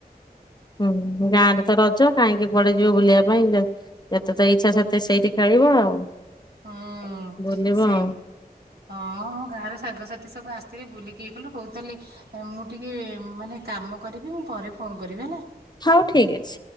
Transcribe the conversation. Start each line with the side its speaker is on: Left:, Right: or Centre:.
Left: ହୁଁ ଗାଁରେ ତ ରଜ କାହିଁକି କୁଆଡେ ଯିବ ବୁଲିବା ପାଇଁ ଯେତ ଯେତେ ତ ଇଚ୍ଛା ସେତେ ସେଇଠି ଖେଳିବ ଆଉ
Right: ହଁ
Left: ବୁଲିବ
Right: ସେଇ
Left: ଆଉ
Right: ହଁ ଗାଁ ରେ ସାଙ୍ଗସାଥି ସବୁ ଆସ ରେ ବୁଲିକି ଇଏ କଲୁ ହଉ ତାହେଲେ ଅ ମୁଁ ଟିକେ ମାନେ କାମ କରିବି ମୁଁ ପରେ ଫୋନ କରିବି ହେଲା
Left: ହଉ ଠିକ ଅଛି।